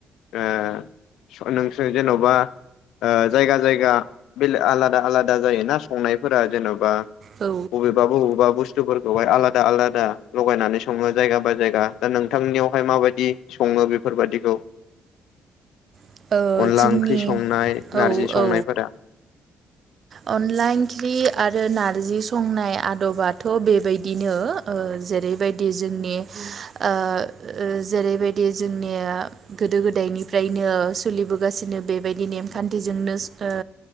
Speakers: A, on the left; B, on the right.
A: ओ नों जेन'बा ओ जायगा जायगा बेले आलादा आलादा जायोना संनायफोरा जेन'बा
B: औ
A: बबेबा बबेबा बुस थुफोरखौहाय आलादा आलादा लगायनानै सङो जायगा बाय जायगा दा नोंथांनियावहाय माबायदि सङो ङो बेफोरबायदिखौ
B: ओ
A: अनला
B: जोंनि
A: ओंख्रि संनाय
B: औ
A: नारजि संनायफोरा
B: औ अनला इंख्रि आरो नारजि सं संनाय आदबाथ' बेबायदिनो ओ जेरैबायदि जोंनि ओ ओ जेरैबायदि जोंनिया गोदो गोदायनिफ्रायनो सोलिबोगासिनो बेबायदि नेमखान्थिजोंनो ओ